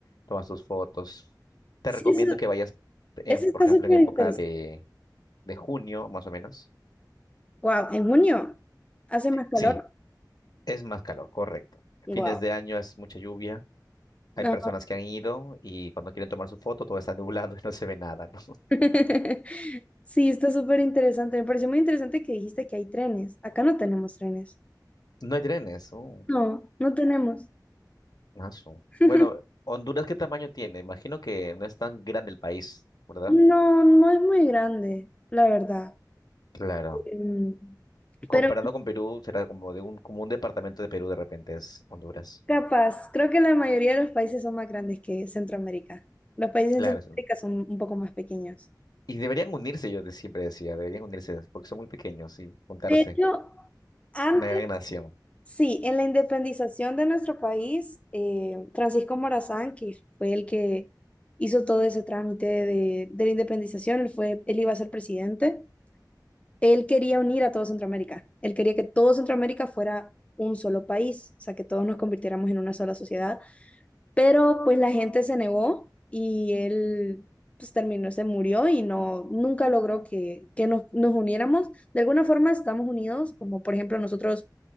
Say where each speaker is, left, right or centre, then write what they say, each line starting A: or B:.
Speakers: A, on the left; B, on the left.
A: Tomas tus fotos. Te
B: Sí,
A: recomiendo
B: eso,
A: que vayas, en,
B: eso está
A: por ejemplo,
B: súper
A: en época
B: interesante.
A: de, de junio, más o menos.
B: Wow, en junio hace más calor.
A: Sí, es más calor, correcto.
B: Wow.
A: Fines de año es mucha lluvia. Hay
B: No.
A: personas que han ido y cuando quieren tomar su foto todo está nublado <laughs> y no se ve nada, ¿no?
B: <laughs> Sí, está súper interesante. Me pareció muy interesante que dijiste que hay trenes. Acá no tenemos trenes.
A: No hay trenes. Oh.
B: No, no tenemos.
A: Mazo.
B: <laughs>
A: Bueno, Honduras, ¿qué tamaño tiene? Imagino que no es tan grande el país, ¿verdad?
B: No, no es muy grande, la verdad.
A: Claro.
B: Em,
A: Comparado
B: Pero
A: con Perú, será como de un, como un departamento de Perú de repente es Honduras.
B: Capaz, creo que la mayoría de los países son más grandes que Centroamérica. Los países
A: Claro.
B: en Centroamérica
A: sí.
B: son un poco más pequeños.
A: Y deberían unirse, yo de- siempre decía, deberían unirse, porque son muy pequeños y juntarse.
B: De hecho, antes,
A: Una gran nación.
B: sí, en la independización de nuestro país, eh, Francisco Morazán, que fue el que hizo todo ese trámite de, de la independización, él fue, él iba a ser presidente, él quería unir a todo Centroamérica, él quería que todo Centroamérica fuera un solo país, o sea, que todos nos convirtiéramos en una sola sociedad. Pero pues la gente se negó y él pues terminó, se murió y no, nunca logró que, que nos, nos uniéramos. De alguna forma estamos unidos, como por ejemplo nosotros,